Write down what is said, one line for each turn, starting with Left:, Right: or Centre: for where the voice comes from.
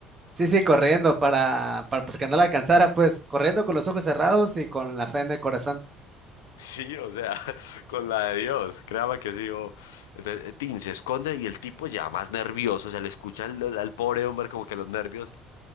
Right: Sí, sí, corriendo para, para pues que no la alcanzara, pues corriendo con los ojos cerrados y con la fe en el corazón.
Left: Sí, o sea, <laughs> con la de Dios, créame que sí. o- Entonces, eh, Tin se esconde y el tipo ya más nervioso, se le escucha al, al pobre hombre como que los nervios